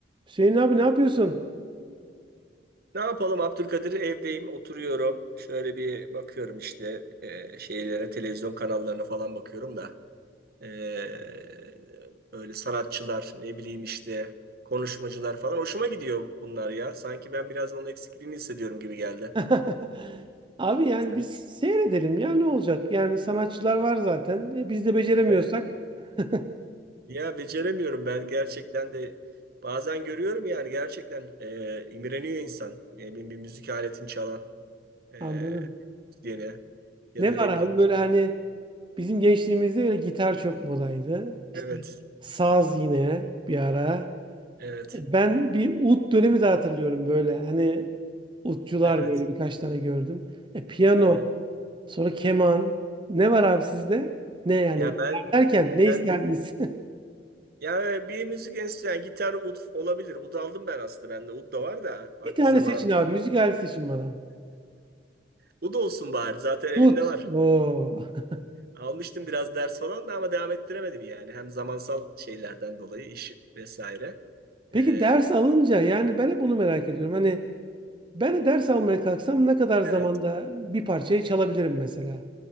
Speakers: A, on the right (about 25°); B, on the right (about 55°).
A: Hüseyin abi ne yapıyorsun?
B: Ne yapalım Abdülkadir? Evdeyim, oturuyorum. Şöyle bir bakıyorum işte e, şeylere, televizyon kanallarına falan bakıyorum da e, böyle sanatçılar, ne bileyim işte konuşmacılar falan hoşuma gidiyor bunlar ya. Sanki ben biraz onun eksikliğini hissediyorum gibi geldi.
A: <laughs> Abi yani
B: Sen-
A: biz seyredelim ya ne olacak? Yani sanatçılar var zaten. E, biz de beceremiyorsak.
B: Evet.
A: <laughs>
B: Ya beceremiyorum ben gerçekten de bazen görüyorum yani gerçekten e, imreniyor insan. E, bir, bir müzik aletini çalan e,
A: Anladım.
B: diyene ya
A: Ne
B: da ne
A: var abi
B: bileyim.
A: böyle
B: işte.
A: hani bizim gençliğimizde böyle gitar çok modaydı. İşte
B: Evet,
A: saz yine bir ara.
B: evet,
A: E, Ben bir ut dönemi de hatırlıyorum böyle. Hani utçular
B: evet.
A: böyle birkaç tane gördüm. E, piyano,
B: Evet.
A: sonra keman. Ne var abi sizde? Ne yani?
B: Ya ben
A: Derken
B: ben
A: ne isterdiniz?
B: ya bir müzik enstrümanı yani gitar ud olabilir. Ud aldım ben aslında. Bende ud da var da vakti
A: Bir tane
B: zamanı.
A: seçin abi. Müzik aleti seçin bana.
B: Ud olsun bari. Zaten elimde
A: Ut.
B: var.
A: Oo. <laughs>
B: Almıştım biraz ders falan da ama devam ettiremedim yani. Hem zamansal şeylerden dolayı iş vesaire.
A: Peki
B: Ee,
A: ders alınca yani ben hep onu merak ediyorum. Hani ben de ders almaya kalksam ne kadar zamanda
B: evet.
A: bir parçayı çalabilirim mesela?